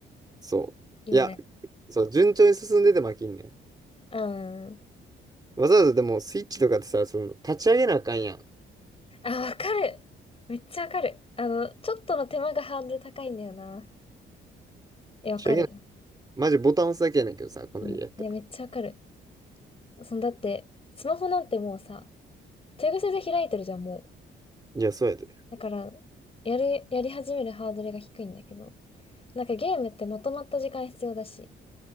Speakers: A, on the right; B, on the left.
A: そう。
B: 意味ない。
A: いや、そう、順調に進んでても飽きんねん。
B: うん。
A: わざわざでもスイッチとかってさ、その立ち上げなあかんやん。立
B: あ、わかる。めっちゃわかる。あの、ちょっとの手間がハードル高いんだよな。え、わかるよ。
A: ち上げな、マジボタン押すだけやねんけどさ、この家やったら。
B: うん。いや、めっちゃわかる。そのだって、スマホなんてもうさ、手癖で開いてるじゃん、もう。
A: いや、そうやで。
B: だから、やる、やり始めるハードルが低いんだけど。なんかゲームってまとまった時間必要だし、